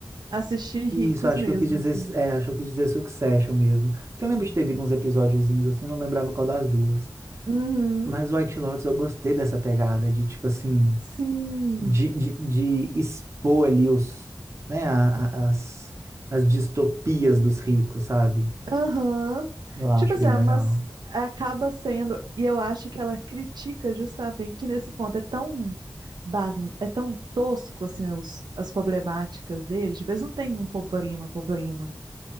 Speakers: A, on the right; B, on the right.
A: assistir ricos
B: Isso, acho
A: mesmo,
B: que eu quis dizer.
A: assim.
B: É, acho que eu quis dizer Succession mesmo. Porque eu lembro de ter visto uns episódiozinhos assim, não lembrava qual das duas.
A: Uhum.
B: Mas White Lotus, eu gostei dessa pegada de, tipo assim.
A: Sim.
B: De, de, de expor ali os. Né, a- a- as, as distopias dos ricos, sabe?
A: Aham.
B: Eu acho
A: Tipo assim,
B: bem
A: ah,
B: legal.
A: mas acaba sendo, e eu acho que ela critica justamente nesse ponto. É tão ba- é tão tosco assim os- as problemáticas deles. Tipo, eles não têm um problema, problema.